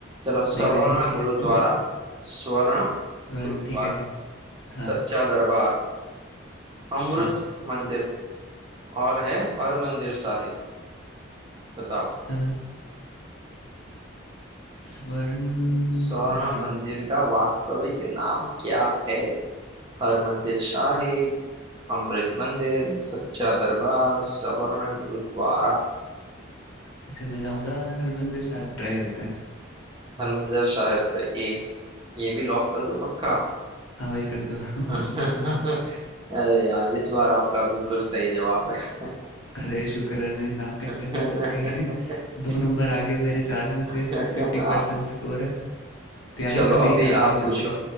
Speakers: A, on the right; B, on the left.
A: चलो
B: नहीं
A: सवर्ण
B: भाई
A: गुरुद्वारा
B: <laughs>
A: स्वर्ण
B: स्वर्ण
A: गुरुद्वारा
B: ठीक है हाँ
A: सच्चा दरबार अमृत
B: अच्छा
A: मंदिर और है हर मंदिर साहिब बताओ
B: अ, स्वर्ण
A: स्वर्ण
B: या हरमंदिर
A: मंदिर का वास्तविक नाम क्या है हर मंदिर साहिब अमृत मंदिर सच्चा दरबार सवर्ण गुरुद्वारा
B: अच्छा मैं जाऊंगा हरमंदिर साहब ट्राई करते हैं
A: हर मंदिर साहिब पे ए ये भी लॉक कर दो पक्का
B: हाँ भाई कर दो <laughs>
A: <laughs> अरे यार इस बार आपका बिल्कुल सही जवाब है
B: अरे शुक्र है मेरी नाक
A: <laughs>
B: कटने से बच गई <laughs> दो नंबर आगे मेरे चार में
A: हाँ
B: से फिफ्टी परसेंट स्कोर है तैयारी
A: चलो
B: तो मेरी
A: अभी
B: खराब
A: आप
B: ही
A: पूछो
B: चल रही है